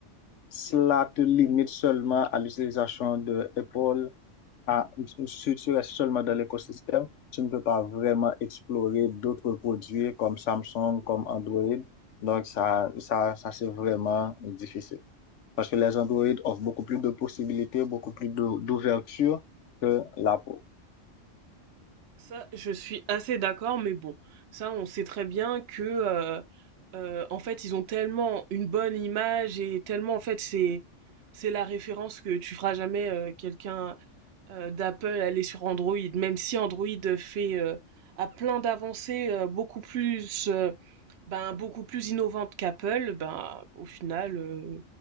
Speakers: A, on the left; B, on the right.
A: Cela te limite seulement à l'utilisation de Apple, à, si tu restes seulement dans l'écosystème, tu ne peux pas vraiment explorer d'autres produits comme Samsung, comme Android. Donc, ça, ça, ça c'est vraiment difficile. Parce que les Android offrent beaucoup plus de possibilités, beaucoup plus de- d'ouverture que l'Apple.
B: Ça, je suis assez d'accord, mais bon, ça, on sait très bien que, euh, euh, en fait, ils ont tellement une bonne image et tellement, en fait, c'est, c'est la référence que tu feras jamais euh, quelqu'un euh, d'Apple aller sur Android, même si Android fait, euh, a plein d'avancées euh, beaucoup plus, euh, ben, beaucoup plus innovantes qu'Apple, ben, au final, euh,